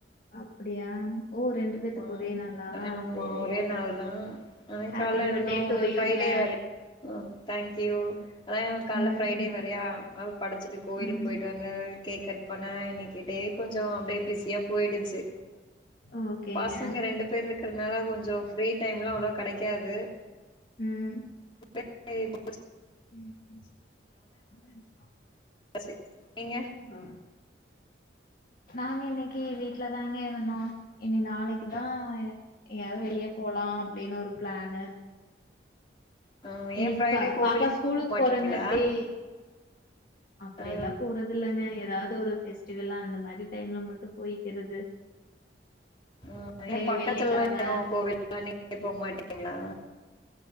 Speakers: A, on the left (about 50°); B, on the left (about 25°).
A: அப்படியா ஓ ரெண்டு
B: ஆமா
A: பேத்துக்கு ஒரே நாளா
B: ஆமா
A: சரி
B: ஒரே நாள் தா ஆ
A: ஹாப்பி
B: கால்ல
A: பர்த்டே
B: இன்னு
A: டூ
B: ஃப்ரைடே
A: யூ ங்க
B: வேற தேங்க்யூ அதனான் கால
A: ம்.
B: <unintelligible> டே வரையா அவ படைச்சிட்டு கோயிலுக்கு
A: ம்.
B: போயிட்டு வந்த கேக் கட் பன இன்னைக்கிட் டே கொஞ்சம் அப்படியே பிஸியா போயிடுச்சு
A: ஓகேங்க.
B: பசங்க ரெண்டு பேர் இருக்கிறதுனால கொஞ்சம் ஃப்ரீ டைம்லாம் அவ்வளவு கடைக்காது
A: ம்
B: <unintelligible>
A: <inaudible>
B: பசி நீங்க
A: ஆ. நாங்க இன்னைக்கு வீட்ல தாங்க இருந்தோ இனி நாளைக்குதான் எங்கயாவது வெளியே போலாம் அப்படின்னு ஒரு பிளான்ு
B: ஆ
A: இனிப்ப
B: ஏ ஃப்ரைடே கோவிலுக்கு
A: பாப்பா ஸ்கூலுக்கு
B: போ மாட்டீங்களா
A: போறங்கட்டி அப்படியெல்லாம்
B: ஆ
A: போறது இல்லங்க ஏதாவது ஒரு பெஸ்டிவல்லா அந்த மாதிரி டைம்ல மட்டும் போய்க்கிறது
B: ஆ
A: ரே
B: ஏன் பக்கத்துலல்லா
A: வெள்ளிக்கிழம
B: ஏதும் கோவில் எல்லாம் நீங்கலே போ மாட்டிங்களா